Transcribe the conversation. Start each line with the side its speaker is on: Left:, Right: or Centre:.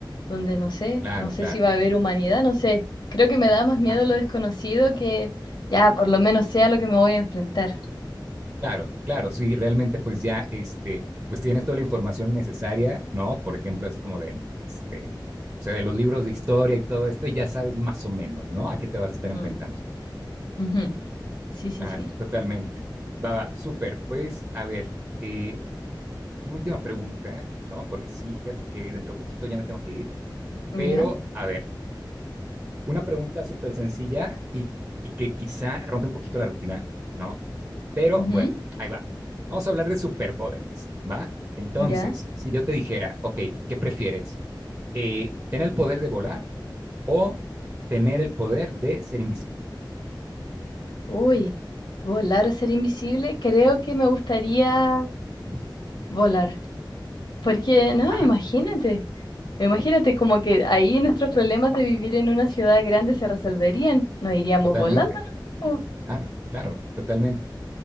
Left: donde no sé,
Right: Claro,
Left: no sé
Right: claro.
Left: si va a haber humanidad, no sé. Creo que me da más miedo
Right: Ah,
Left: lo desconocido que ya por lo menos sea lo que me voy a enfrentar.
Right: Claro, claro, sí, realmente pues ya, este, pues tienes toda la información necesaria, ¿no? Por ejemplo, así como de, este, o sea, de los libros de historia y todo esto, y ya sabes más o menos, ¿no? A qué te vas a estar
Left: Mm,
Right: enfrentando.
Left: ujú. Sí, sí,
Right: Claro,
Left: sí.
Right: totalmente. Baba, súper. Pues, a ver, eh, una última pregunta, ¿no? Porque sí, fíjate que dentro de poquito ya me tengo que ir,
Left: Ya.
Right: pero, a ver, Una pregunta súper sencilla y, y que quizá rompe un poquito la rutina, ¿no? Pero
Left: Ujú.
Right: bueno, ahí va. Vamos a hablar de superpoderes, ¿va? Entonces,
Left: Ya.
Right: si yo te dijera, ok, ¿qué prefieres? Eh, ¿tener el poder de volar o tener el poder de ser invisible?
Left: Uy, volar o ser invisible, creo que me gustaría
Right: Ujú.
Left: volar. Porque, no,
Right: Ajá,
Left: imagínate, imagínate como que ahí nuestros problemas de vivir en una ciudad grande se resolverían, nos iríamos
Right: totalmente,
Left: volando, ¿no?
Right: claro, claro, totalmente.